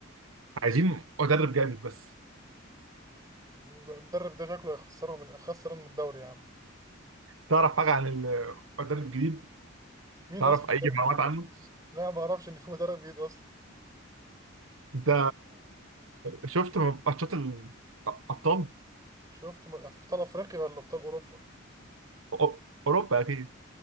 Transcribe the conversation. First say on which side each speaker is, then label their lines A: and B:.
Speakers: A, on the right; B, on the right.
A: عايزين مدرب جامد بس
B: المدرب ده شكله هيخسرهم هيخسرنا الدوري يا عم
A: تعرف حاجه عن المدرب الجديد
B: مين
A: تعرف
B: اصلا
A: اي
B: المدرب
A: معلومات عنه
B: لا ما اعرفش ان في مدرب جديد اصلا
A: انت شفت ماتشات الابطال
B: شفت م- في ابطال افريقيا ولا ابطال اوروبا
A: أو- اوروبا اكيد